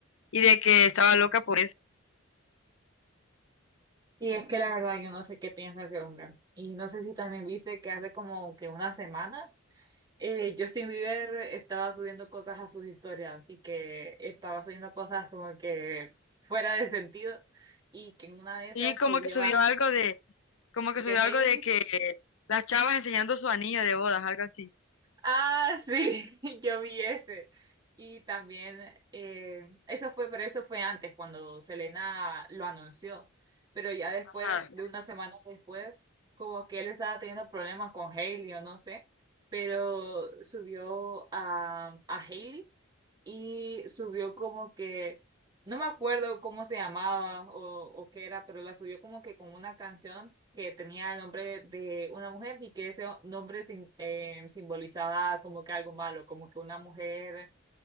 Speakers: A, on the left (about 80°); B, on the right (about 20°).
A: Y de que estaba loca por eso.
B: Sí, es que la verdad yo no sé qué piensa ese hombre. Y no sé si también viste que hace como que unas semanas eh, Justin Bieber estaba subiendo cosas a sus historias y que estaba subiendo cosas como que fuera de sentido y que en una de esas
A: Y como
B: subió
A: que subió
B: a
A: algo de, como que
B: de
A: subió
B: Hailey
A: algo de que las chavas enseñando su anillo de bodas, algo así.
B: Ah, sí, <laughs> yo vi ese. Y también, eh, eso fue, pero eso fue antes, cuando Selena lo anunció. Pero ya después,
A: Ajá,
B: de una semana después, como que él estaba teniendo problemas con Hailey o no sé, pero subió a, a Hailey y subió como que, no me acuerdo cómo se llamaba o, o qué era, pero la subió como que con una canción que tenía el nombre de una mujer y que ese nombre sim- eh, simbolizaba como que algo malo, como que una mujer,